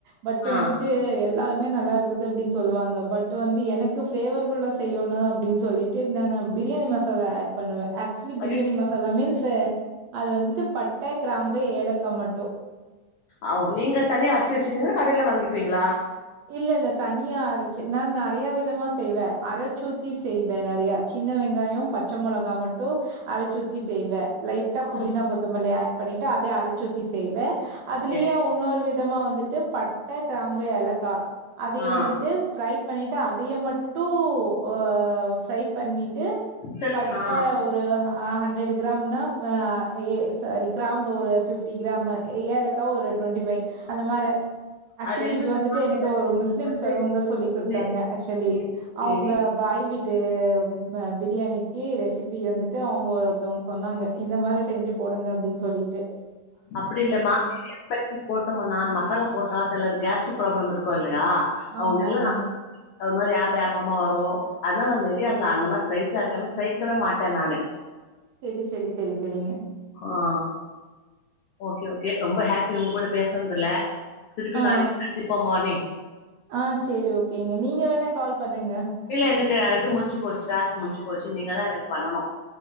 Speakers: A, on the right (about 75°); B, on the left (about 80°).
A: பட்டு்
B: ஆ
A: வந்துட்டு எல்லாமே நல்லா இருக் குது அப்டின் சொல்லுவாங்க பட்டு வந்து எனக்கு ஃப்ளேவர் ஃபுல்லா செய்யோணு அப்டின் சொல்லிட்டு இந்த பிரியாணி மசாலா ஏட் பண்ணுவே ஆக்சுலி பிரியாணி
B: ஐயோ
A: மசாலா மீன்ஸ் அது வந்துட்டு பட்ட கிராம்பு ஏலக்கா மட்டு
B: ஓ நீங்க தனியா அரிச்சி வெச்சுக்கீங்கா கடைல வாங்கிப்பீங்ளா
A: இல்லல்ல தனியா ஆரச்சு நா நறையா விதமா செய்வே அரச்சூத்தி செய்வே நெறையா சின்ன வெங்காயோ பச்ச மெளகா மட்டு அரச்சூத்தி செய்வே லைட்டா புதினா
B: ம்
A: கொத்தமல்லி ஆட் பண்ணிட்டு அதே அரச்சூத்தி செய்வே அதுலியே
B: ஓகே
A: உன்னொரு வி தமா வந்துட்டு பட்ட கிராம்பு ஏலக்கா அதிய
B: ஆ
A: வந்துட்டு ஃப்ரை பண்ணிட்டு அதை மட்டு அ ஃப்ரை பண்ணிட்டு
B: சரி
A: பட்ட
B: ஆ
A: ஒரு அ ஹண்ட்ரட் கிராம்ன அ ஏ சாரி கிராம்பு ஒரு ஃபிஃப்டி கிராமு ஏலக்கா ஒரு ட்வெண்டி ஃபைவ் அந்த மார ஆக்சுலி
B: அது என்னன்னா
A: இது வந்துட்டு எனக் கு ஒரு
B: இதுல
A: முஸ்லிம்
B: வந்து
A: கருவங்க சொல்லி் குடுத்தாங்க
B: நெ
A: ஆக்சுலி
B: நெ
A: அவுங்க
B: நெய்
A: பாய் வீட்டு அ பிரியாணிக்கு ரெசிபி வந்துட்டு அவுங்க ஒருத்தவங்க சொன்னாங்க இந்த மாரி செஞ்சு போடுங்க அப்டின் சொல்லீட்டு
B: அப்டி இல்லமா <inaudible> பைசஸ் போட்டமன்னா மசாலா போட்டா சிலருக்கு கேஸ்ட்ரிக் ப்ராப்ளம் இருக்கு இல்லையா
A: ஆமாமா.
B: அவுங்க இல்ல <inaudible> ஒரு மாரி ஏப்ப ஏப்பமா வரு அதனால நிதி அந்த அந்த மார ஸ்பைசி ஆட்டமே சேக்கவே மாட்டே நானு
A: செரி செரி செரி செரிங்க
B: ஆ ஓகே ஓகே ரொம்ப ஹேப்பி உங்க கூட பேசுனதுல திருப்பி
A: ஆ,
B: நாளைக்கு சந்திப்போ மார்னிங்
A: ஆ செரி ஓகேங்க நீங்க வேணா கால் பண்ணுங்க
B: இல்ல எனக்கு இது முடிஞ்சு போச்சு டாஸ்க் முஞ்சு போச்சு நீங்க தா எனக்கு பண்ணனு